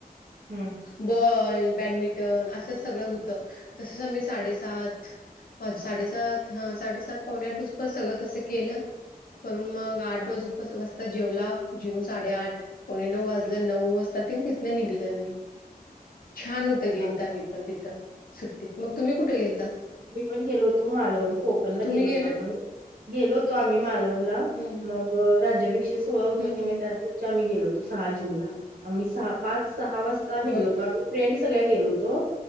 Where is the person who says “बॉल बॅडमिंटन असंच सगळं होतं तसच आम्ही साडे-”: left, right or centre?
Left